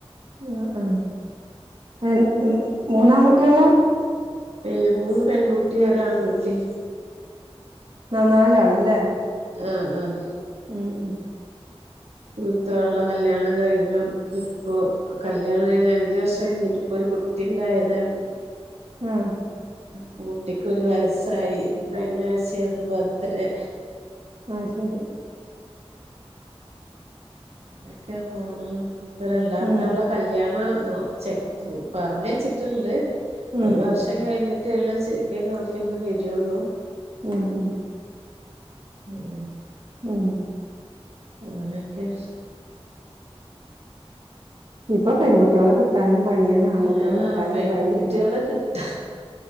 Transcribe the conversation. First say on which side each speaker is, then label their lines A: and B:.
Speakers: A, on the right (about 55°); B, on the right (about 85°).
A: ഉം ആ അൽ അൽ മൂന്നാംകുട്ടിയാള്ള?
B: പേ മൂന്ന് പെൺകുട്ടി ഒരാൺകുട്ടി.
A: ആ നാലാളല്ലേ?
B: ആ ആഹ്
A: മം മം
B: മൂത്തോളെ കല്യാണം കഴിഞ്ഞു ഇപ്പൊ കല്യാണം കഴിഞ്ഞ് അഞ്ച് വർഷം കഴിഞ്ഞിട്ട് ഇപ്പോരു കുട്ടിഇണ്ടായതാണ്.
A: മം
B: പ്പോ കുട്ടിക്കൊരു വയസ്സയി കഴിഞ്ഞ ആഴ്ചായിരുന്നു ബർത്ത്ഡേ.
A: ആ ശെരി.
B: എക്കെ പോണ് ഇപ്പൊ രണ്ടാതൊള്ളെ
A: ഉം
B: കല്യാണം നോ ചെ പറഞ് വെച്ചിട്ടുണ്ട്.
A: ഉം
B: ഒരു വർഷം
A: ഉം
B: കഴിഞ്ഞിട്ടേള്ളൂ ശെരിക് ഗെൽഫിന്ന് വേരൊള്ളു
A: മം മം
B: മ്മ്ഹ്
A: ഉം
B: അങ്ങനെയൊക്കെ.
A: ഇപ്പൊ പെൺകുട്ടികളെ കിട്ടാനും പണിയാണ് ആൺകുട്ടികളെ
B: അല്ലാ
A: കിട്ടാനും
B: പെകട്ടികളെ
A: പണിയാണ്.
B: കിട്ടാ